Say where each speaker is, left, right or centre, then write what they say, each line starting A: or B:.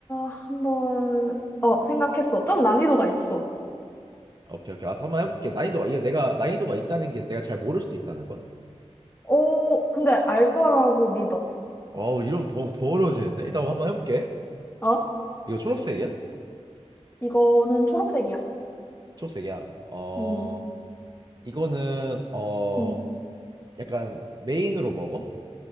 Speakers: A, on the left (about 20°); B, on the right (about 40°).
A: 한번, 어, 생각했어. 좀 난이도가 있어.
B: 오케이, 오케이. 아, 한번 해볼게. 난이도가 이게 내가 난이도가 있다는 게 내가 잘 모를 수도 있다는 거야?
A: 어, 근데 알 거라고 믿어.
B: 어, 이러면 더, 더 어려워지는데? 일단 한번 해볼게.
A: 어?
B: 이거 초록색이야?
A: 이거는 초록색이야.
B: 초록색이야. 어,
A: 음.
B: 이거는 어...
A: 응.
B: 약간 메인으로 먹어?